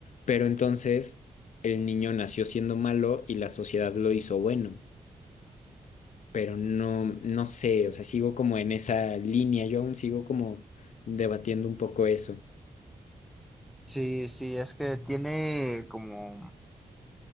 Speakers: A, on the left; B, in the centre.
A: pero entonces el niño nació siendo malo y la sociedad lo hizo bueno, pero no, no sé, o sea, sigo como en esa línea, yo aún sigo como debatiendo un poco eso.
B: Sí, sí, es que tiene como,